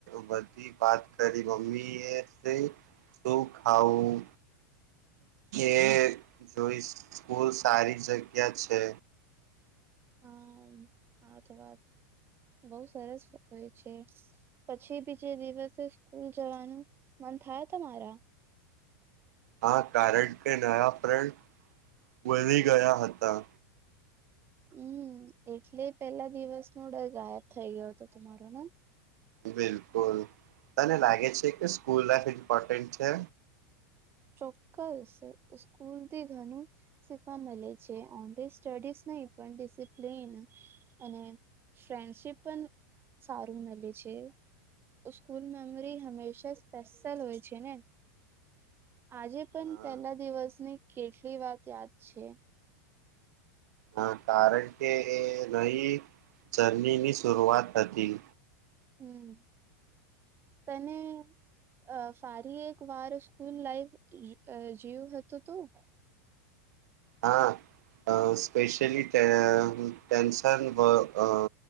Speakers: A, on the right; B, on the right.
A: બધી વાત કરી મમ્મી એ શું ખાવું એ જોઈ સ્કૂલ સારી જગ્યા છે
B: હ હા તો વાત બહુ સરસ હોય છે પછી બીજે દિવસે સ્કૂલ જવાનું મન થાય તમારા
A: હા કારણ કે નયા ફ્રેડ બની ગયા હતા
B: હમ્મ એટલે પેલા દિવસનો ડર ગાયબ થઇ ગયો હતો તમારો ને
A: બિલકુલ તને લાગે છે કે સ્કૂલ લાઈફ ઇમ્પોર્ટન્ટ છે
B: ચોક્કસ સ્કૂલથી ઘણું શીખવા મળે છે ઓનલી સ્ટડીઝ નહી પણ ડિસિપ્લીન અને ફ્રેન્ડશીપ પણ સારું મળે છે સ્કૂલ મેમરી હમેશા સ્પેશલ હોય છે ને આજે પણ
A: હા
B: પહેલા દિવસની કેટલી વાત યાદ છે
A: હ કારણ કે એ નહી જર્ની ની શરૂઆત હતી
B: હમ્મ તને અ ફરી એક વાર સ્કૂલ લાઈફ અ જવું હતું તો-
A: હા અ સ્પેશલી તે ટેન્શન બ અ